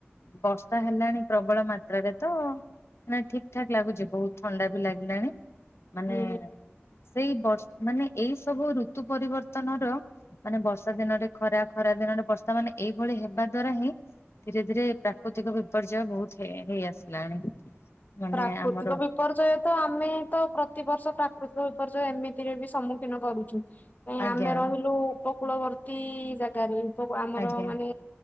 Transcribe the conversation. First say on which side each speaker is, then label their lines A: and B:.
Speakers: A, on the left; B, on the left.
A: ବରଷ ଷା ହେଲାଣି ପ୍ରବଳ ମାତ୍ରାରେ ତ, ମାନେ ଠିକ ଠାକ୍ ଲାଗୁଛି ବହୁତ ଥଣ୍ଡା ବି ଲାଗିଲାଣି। ମାନେ
B: ହୁଁ ହୁଁ।
A: ସେଇ ବର୍ଷ ମାନେ ଏଇ ସବୁ ଋତୁ ପରିବର୍ତ୍ତନ ର ମାନେ ବର୍ଷା ଦିନରେ ଖରା, ଖରା ଦିନରେ ବର୍ଷା ମାନେ ଏଇଭଳି ହେବା ଦ୍ଵାରା ହିଁ ଧୀରେ ଧୀରେ ପ୍ରାକୃତିକ ବିପର୍ଯ୍ୟୟ ବହୁତ ହେଇ ଆସିଲାଣି। ମାନେ
B: ପ୍ରାକୃତିକ
A: ଆମର
B: ବିପର୍ଯ୍ୟୟ ତ, ଆମେ ତ ପ୍ରତିବର୍ଷ ପ୍ରାକୃତିକ ବିପର୍ଯ୍ୟୟ, ଏମିତିରେ ବି ସମ୍ମୁଖୀନ କରୁଛୁ,
A: ଆଜ୍ଞା
B: ଆମେ ରହିଲୁ ଉପ କୂଳବର୍ତ୍ତୀ ଜାଗାରେ ଆମର
A: ଆଜ୍ଞା
B: ମାନେ